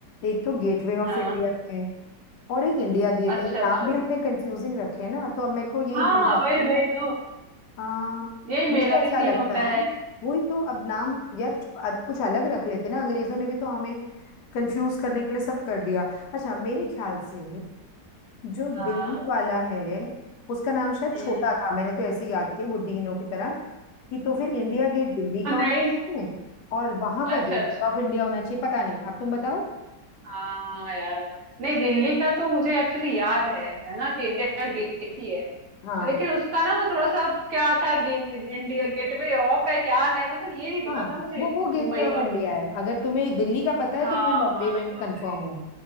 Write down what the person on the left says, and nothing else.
एक तो गेटवे ऑफ
इंडिया है, और एक इंडिया गेट
है ये
नाम भी इतने कंफ्यूजिंग रखे हैं ना तो अब मेरे को यही
भूल जाती
हूँ
मैं
आ,
मुझे ऐसा
लगता
है
वही तो अब नाम यार अद- कुछ अलग रख लेते ना अंग्रेजों ने भी तो हमें कंफ्यूज करने के लिए सब कर दिया अच्छा मेरे ख्याल से जो
दिल्ली वाला है उसका नाम शायद छोटा
था मैंने तो ऐसे ही याद किया बुद्धिहीनों की तरह कि तो फिर इंडिया गेट दिल्ली
का
होना चाहिए और वहां
का गेट
ऑफ इंडिया होना चाहिए पता नहीं अब तुम बताओ
हाँ
हाँ
वो वो गेटवे
ऑफ
इंडिया है अगर तुम्हें दिल्ली का पता है
तो मैं बॉम्बे
में
कंफर्म
हूँ